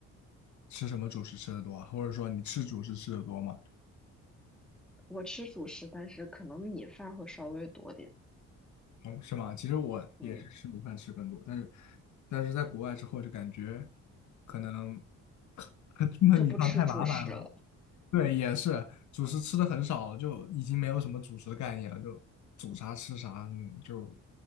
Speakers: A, on the left (about 70°); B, in the centre.
A: 吃什么主食吃的多啊？或者说你吃主食吃的多吗？
B: 我吃主食，但是可能米饭会稍微多点，
A: 哦，是吗？其实我也是吃米饭吃更多，
B: 嗯，
A: 但是但是在国外之后就感觉可能 <laughs> 焖米饭太麻烦了。
B: 就不吃主食了。
A: 对，也是主食吃的很少，就已经没有什么主食的概念了，就煮啥吃啥，嗯就